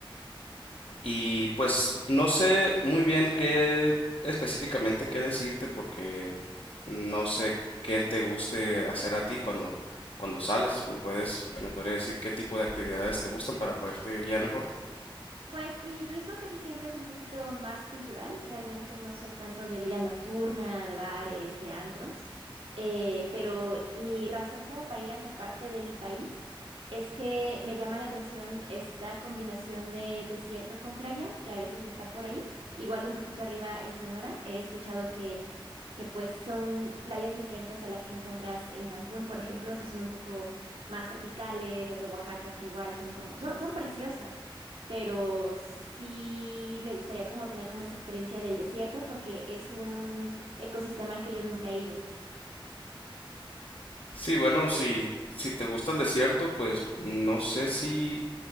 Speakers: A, on the left (about 80°); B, on the right (about 85°).
A: Y pues no sé muy bien qué específicamente qué decirte porque no sé qué te guste hacer a ti cuando cuando sales. ¿Me puedes me podrías decir qué tipo de actividades te gustan para poderte guiar mejor?
B: Pues mi turismo casi siempre es un poquito más cultural, realmente no soy tanto de vida nocturna, de bares, de antros, eh, pero mi razón como para ir a esa parte del país es que me llama la atención esta combinación de desierto con playa, que a veces está por ahí, igual un poquito arriba en Sonora, he escuchado que, que pues son playas diferentes a las que encuentras en Cancún, por ejemplo, que son un poco más tropicales, las de Oaxaca, que igual son como, son, son preciosas pero sí me gustaría como tener como esa experiencia del desierto porque es un ecosistema al que yo nunca he ido.
A: Sí, bueno, si si te gusta el desierto, pues no sé si